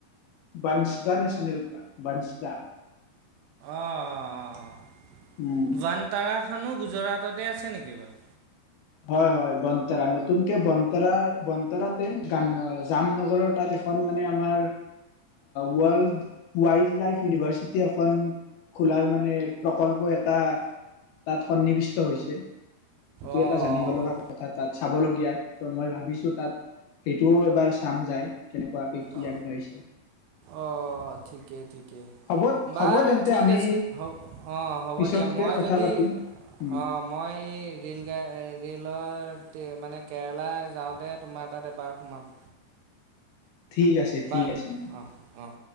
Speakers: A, on the left (about 80°); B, on the right (about 80°).
A: বাঞ্চ দা নেচনেল পাৰ্ক, বাঞ্চ দা।
B: অ অ অ অ।
A: উম
B: যুৱান্তাৰা খনো গুজৰাটতে আছে নেকি বাৰু?
A: হয় হয় বন্টৰা, নতুনকে বন্টৰা বন্টৰাতে গান জামনগৰৰ তাত এখন মানে আমাৰ ৱৰ্ল্ড ৱাইল্ড লাইফ ইউনিভাৰ্চিটি এখন খোলাৰ মানে প্ৰকল্প এটা তাত সন্নিৱিষ্ট হৈছে।
B: অঁ
A: এটা জানিব
B: অঁ
A: লগা কথা তাত চাবলগীয়া, ত মই ভাবিছো তাত সেইটোও এবাৰ চাম যায়। কেনেকুৱাকে কি
B: অ
A: আগবাঢ়িছে
B: অ, ঠিকেই ঠিকেই
A: হ'ব
B: বাৰু
A: হ'ব তেন্তে
B: ঠিক
A: আমি
B: আছে হ'ব অ হ'ব
A: পিছতকে
B: দিয়া মই
A: কথা
B: যদি
A: পাতিম উম,
B: অ মই ৰে'ল গাড় ৰেলতে মানে কেৰেলা যাওঁতে তোমাৰ তাত এবাৰ সোমাম।
A: ঠিক আছে ঠিক
B: বা
A: আছে, নহলে
B: অঁ অঁ